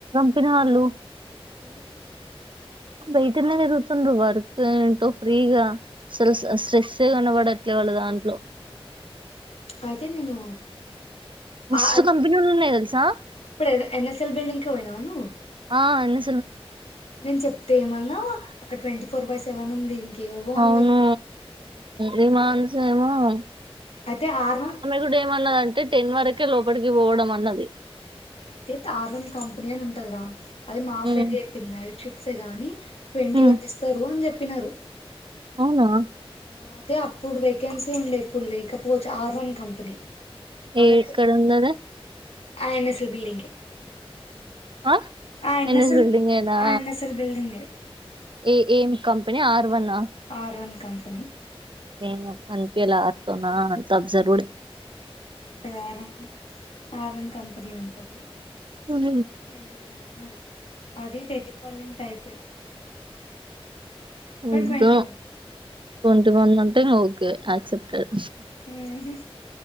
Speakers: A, on the right; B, on the left.
A: పిన్ని వాళ్ళు
B: ఎందుకు
A: బయటనే తిరుగుతుండ వర్క్ ఏంటో ఫ్రీగా అసలు స్ట్రెస్ కనబడట్లే వాళ్ళు దాంట్లో
B: అయితే నేను
A: మస్తు
B: ఆ
A: కంపెనీలు ఉన్నాయి స
B: ఇప్పుడు ఎన్ఎస్ఎల్ బిల్డింగ్ క ఏ పోయినావ ను
A: అవును
B: నేను చెప్తే ఏమన్నావ్ అక్కడ ట్వంటీ ఫోర్ బై సెవెన్ ఉంది ఇంకేవేవో
A: అవును
B: ఉన్నాయి
A: విమాను స ఏమమె
B: అయితే ఆర్ వన్
A: గు అన్నది అంటే టెన్ వరకే లోపలికి పోవడం అన్నది
B: అయితే టర్ వన్ కంపెనీ అని ఉంటదిరా అది మా
A: హ్మ్
B: ఫ్రెండ్ చెప్పింది నైట్ షిఫ్ట్ సే గాని ట్వంటీ
A: హ్మ్
B: వన్ ఇస్తారు అని చెప్ప చెప్పినారు
A: అవునా
B: అదె అప్పుడు వేకెన్సీ ఉండే ఎప్పుడు లేకపోవచ్చు ఆర్ వన్ కంపెనీ కాబట్టి
A: ఏ క్కడుందది
B: ఆ <unintelligible> బిల్డింగ్
A: ఆ
B: ఆ ఎన్నసల్
A: ఎన్ఎస్ బిల్డింగ్ ఏనా
B: ఆ ఎన్నసలు బల్డింగే
A: ఏ ఏం కంపెనీ ఆర్ దువన్నా
B: ఆర్ వన్ కంపెనీ
A: ఏమో అన్పియ్యలా ఆతోనా అంత అబ్జర్వ్డ్
B: వంటగారం ఆర్వన్ కంపెనీ ఉంటుంది
A: హ్మ్
B: అది ట్వంటీ వన్ అన్నారు అది టెలికాలింక్ టైపే కానీ
A: ఉద్దో
B: ట్వంటీ వన్
A: ట్వంటి వన్ టుం ఓకే యాక్సెప్టెడ్
B: ఉహు